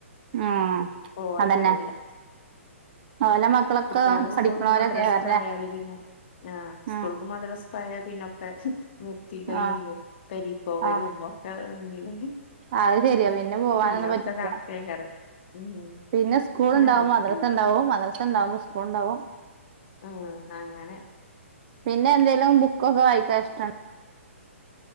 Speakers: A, on the right; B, on the left.
A: ഉം
B: പോവാൻ
A: അതന്നെ
B: കൂടല്ല
A: <unintelligible>
B: കുട്ടികളെ
A: പഠിക്കണോരൊക്കെയാല്ലേ
B: സ്കൂൾ മദ്രാസ പോയാല് പിന്നെ ആ
A: ഉം
B: സ്കൂൾ മദ്രസ് പഴ പിന്നൊക്കെ നിർത്തി കഴിഞ്ഞില്ലെ
A: ആഹ്
B: പെ രി ക്ക്പ്പോവലും
A: ആഹ്
B: ഒക്കെ <unintelligible>
A: അത് ശരിയാ പിന്നെ പോവാനൊന്നും
B: പിന്ന
A: പറ്റില്ല
B: ഒക്കെ കണക്ക് തന്നെയാണ് ഉം
A: പിന്നെ സ്കൂൾ ഉണ്ടാവുമ്പോ
B: ഞങ്ങക്ക്
A: മദ്രസ ഉണ്ടാവും മദ്രസ ഉണ്ടാവുമോ സ്കൂൾ ഉണ്ടാവും
B: ഉ അങ്ങനെ
A: പിന്നെ എന്തേലും ബുക്കൊക്കെ വായിക്കാ ഇഷ്ടമാണ്